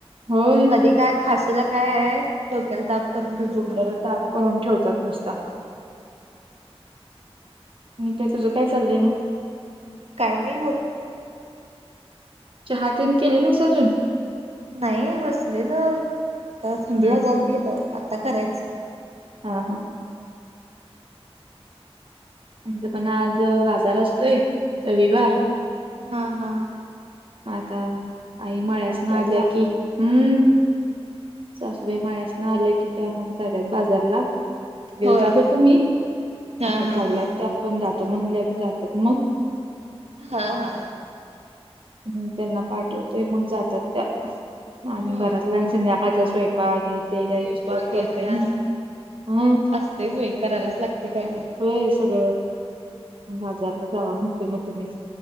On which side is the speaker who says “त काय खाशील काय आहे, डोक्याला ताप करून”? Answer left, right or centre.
Right